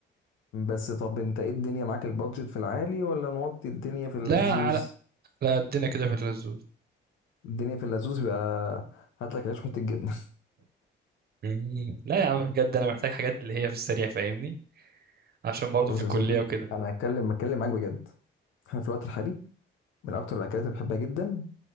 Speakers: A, on the left; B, on the right.
A: بس طب انت ايه الدنيا معاك البادجت في العالي ولا نوطي الدنيا في اللزوز
B: لا على لا قدنا كده في اللزوز
A: الدنيا في اللزوز يبقى هات لك عيش وحته جبنه
B: مم. لا يا عم بجد أنا محتاج حاجات اللي هي في السريع فاهمني عشان
A: <laughs>
B: برضه
A: بص
B: في الكلية
A: يا صاحبي
B: وكده
A: انا هتكلم هتكلم معاك بجد احنا في الوقت الحالي من اكتر الاكلات اللي بحبها جدا